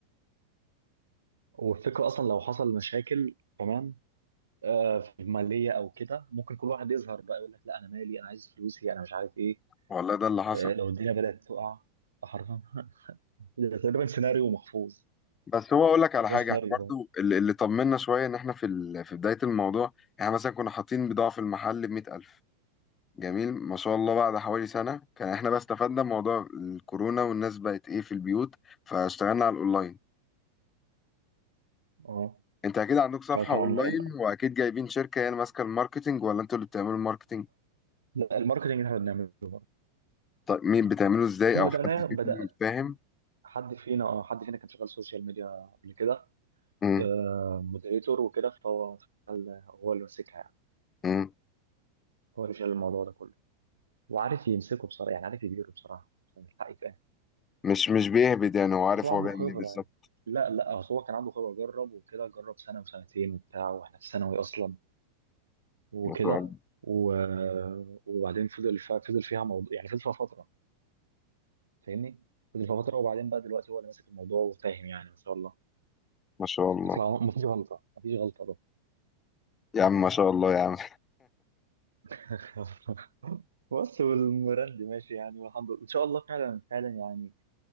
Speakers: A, on the right; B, on the left.
A: والفكره اصلا لو حصل مشاكل كمان آه، في الماليه او كده ممكن كل واحد يظهر بقى يقول لك لا انا مالي انا عايز فلوسي انا مش عارف ايه
B: والله ده اللي حصل
A: آه، لو الدنيا بدات تقع حرفيا <laughs> ده تقريبا سيناريو محفوظ
B: بس هو أقول لك على حاجة
A: هو سيناريو
B: إحنا برضو
A: بقى.
B: اللي, اللي طمنا شوية إن إحنا في ال... في بداية الموضوع إحنا مثلا كنا حاطين بضاعة في المحل بمية ألف جميل ما شاء الله بعد حوالي سنة كان إحنا بقى استفدنا من موضوع الكورونا والناس بقت إيه في البيوت فاشتغلنا على الأونلاين
A: اه
B: انت اكيد عندك صفحة
A: شغال طبعا
B: اونلاين واكيد جايبين شركة هي اللي ماسكة الماركتينج ولا انتوا اللي بتعملوا الماركتينج
A: لا الماركتنج اللي احنا بنعمله
B: طيب مين بتعمله ازاي
A: كنا
B: او
A: بدأنا
B: حد
A: بدأ
B: فيكم فاهم
A: حد فينا اه حد فينا كان شغال سوشيال ميديا قبل كده
B: امم
A: آه مودريتور وكده فهو هو اللي ماسكها يعني
B: امم
A: هو اللي شايل الموضوع ده كله وعارف يمسكه بصراحة يعني عارف يديره بصراحة عشان الحق يتقال
B: مش مش بيهبد يعني هو عارف
A: بس هو عنده
B: هو بيعمل
A: خبرة
B: ايه بالظبط
A: يعني لا لا أصل هو كان عنده خبرة جرب وكده جرب سنة وسنتين وبتاع واحنا في ثانوي أصلا وكده
B: ما شاء الله
A: و... وبعدين فضل فيها فضل فيها موضوع يعني فضل فيها فترة فاهمني؟ فضل فيها فترة وبعدين بقى دلوقتي هو اللي ماسك الموضوع وفاهم يعني ما شاء الله
B: ما شاء الله
A: ما فيش غلطة ما فيش غلطة
B: يا عم ما شاء الله يا عم
A: <laughs> بص والمراندي ماشي يعني والحمد لله ان شاء الله فعلا فعلا يعني